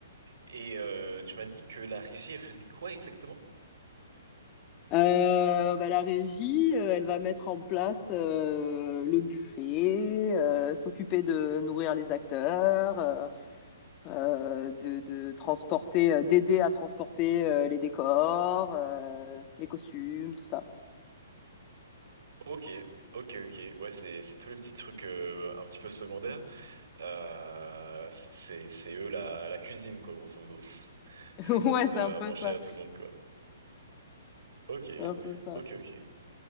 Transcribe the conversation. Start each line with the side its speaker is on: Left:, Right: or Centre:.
Right: Et euh, tu m'as dit que la régie, elle faisait quoi exactement?
Left: Euh, bah, la régie, euh, elle va mettre en place euh, le buffet, euh, s'occuper de nourrir les acteurs, euh, euh, de, de transporter, euh, d'aider à transporter euh, les décors, euh, les costumes, tout ça.
Right: Ok, ok, ok. Ouais, c'est c'est tous les petits trucs euh, un petit peu secondaires. Euh, c'est c'est eux la la cuisine quoi, grosso modo. <laughs> C'est
Left: <laughs>
Right: eux qui
Left: Ouais,
Right: donnent
Left: c'est
Right: euh,
Left: un peu
Right: à manger
Left: ça.
Right: à tout le monde quoi. Ok,
Left: C'est un peu ça.
Right: ok, ok.